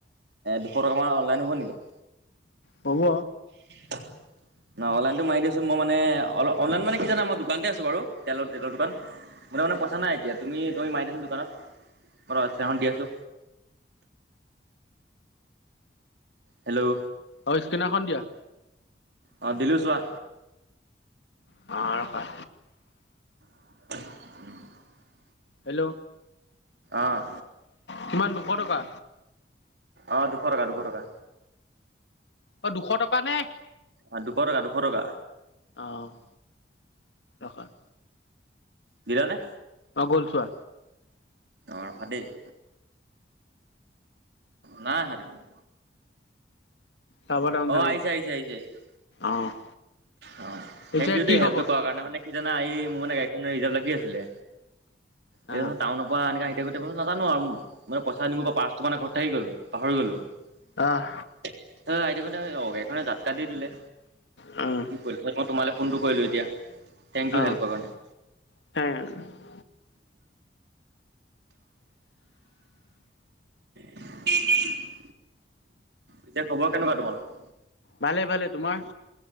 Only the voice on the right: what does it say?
দুশ টকা মান অনলাইন হ'ব নেকি?
<inaudible> অ', অনলাইনতটো মাৰি দিছো মই মানে অল অনলাইন মানে কি জানা মই দোকানতে আছো বাৰু তেলৰ তেলৰ দোকান। মোৰ তাত মানে পইচা নাই এতিয়া তুমি তুমি মাৰি দিয়াচোন দোকানত মই তোমাক স্কেনাৰ খন দি আছো। হেল্ল'?
অ', দিলোঁ চোৱা।
<inaudible>
আহ,
আহ দুশ টকা দুশ টকা।
অ', দুশ টকা। দুশ টকা
দিলা নে?
অ', ৰখা দেই। নাই অহা দেখোন।
অ
আহিছে আহিছে আহিছে আহিছে
অ', থেংক
ইউ দেই
হেল্পটো
কৰাৰ কাৰণে, মানে কি জানা এই মোৰ মানে গাড়ীখন ৰিজাভ লাগি আছিলে। এই
ডোখৰ টাউনৰ পৰা এনেকা আহি থাকোঁতে নাজানো আৰু মানে পইচা নিব পাৰ পাৰচ ত' মানে ঘৰত থাহি গ'ল, পাহৰি গ'লো। অ',
আই দেখ ত' গাড়ীখনে জাটকা দি দিলে।
কি কৰিলো হয়, মই তোমালৈ ফোনটো কৰিলোঁ এতিয়া। থেংক ইউ
হেল্পৰ কাৰণে
<inaudible> এতিয়া খবৰ কেনেকোৱা তোমালোকৰ?